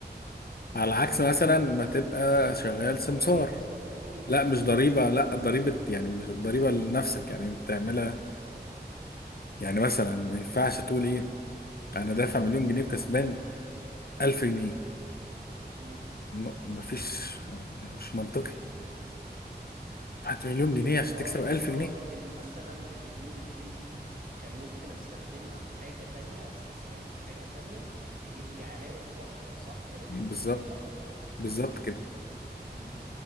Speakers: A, on the left; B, on the right.
A: على عكس مثلا ما تبقى شغال سمسار
B: ضرايب قصدك ضرايب
A: لا مش
B: في
A: ضريبة
B: ال
A: لا ضريبة يعني مش ضريبة لنفسك يعني انت تعملها
B: مم.
A: يعني مثلا ما ينفعش تقول ايه انا دافع مليون جنيه وكسبان 1000 جنيه
B: مم.
A: م- مفيش مش منطقي دفعت مليون جنيه عشان
B: اه
A: تكسب
B: يعني
A: 1000
B: انت
A: جنيه
B: قصدك ان مثلا المليون جنيه دي كان ممكن استخدمها في حاجة تانية استثمرها في حاجة تانية تجيب لي عائد اكبر صح كده
A: بالظبط
B: انا فاهم صح ولا
A: بالظبط كده
B: امم